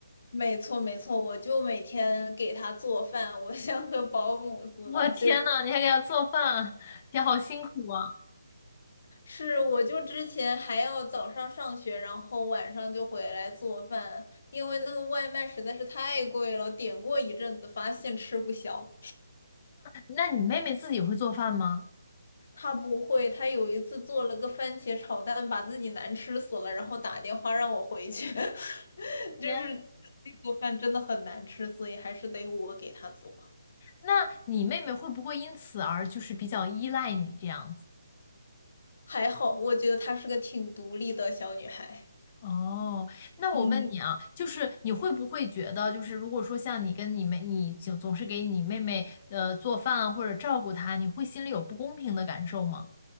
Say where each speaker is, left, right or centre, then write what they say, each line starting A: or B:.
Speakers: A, on the left; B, on the left.
A: 没错，没错，我就每天给他做饭，我 <laughs> 像个保姆似的，
B: 我天呐，
A: 就是
B: 你还给她做饭，天，好辛苦啊！
A: 是，我就之前还要早上上学，然后晚上就回来做饭，因为那个外卖实在是太贵了，点过一阵子，发现吃不消。
B: 那你妹妹自己会做饭吗？
A: 他不会，他有一次做了个番茄炒蛋，把自己难吃死了，然后打电话让我回去，<laughs> 就是
B: 天，
A: 做饭真的很难吃，所以还是得我给他做。
B: 那你妹妹会不会因此而就是比较依赖你这样子？
A: 还好，我觉得她是个挺独立的小女孩。
B: 哦，那我问你啊，
A: 嗯，
B: 就是你会不会觉得，就是如果说像你跟你妹，你总总是给你妹妹呃做饭啊或者照顾她，你会心里有不公平的感受吗？